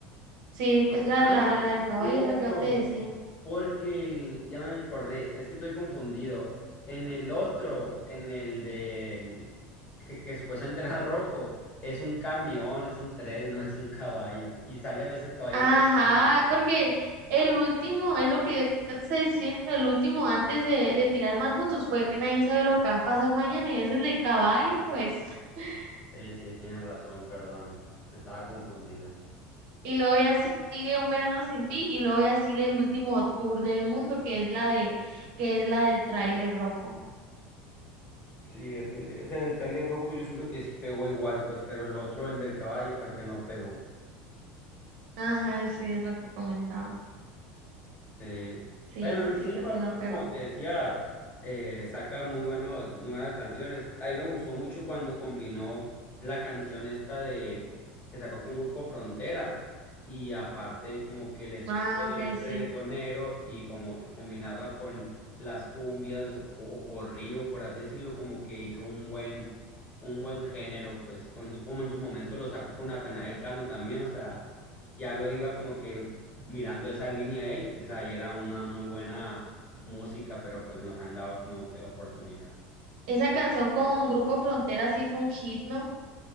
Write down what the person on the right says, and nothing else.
Sí, es la,
la, la
del caballo,
es la que yo te decía.
Ajá,
porque el último, es lo que yo te estoy diciendo, el último antes de, de tirar más fotos fue nadie sabe lo que va a pasar mañana y es el del caballo, pues. <laughs>
Y luego ya si- sigue un verano sin ti y luego ya sigue el último tour del mundo que es la de, que es la del tráiler rojo.
Ajá, sí, es lo que comentaba.
Sí,
ese
sí
casi
no
pegó.
Ah,
ok, sí.
Esa canción con Grupo Frontera sí fue un hit, ¿no?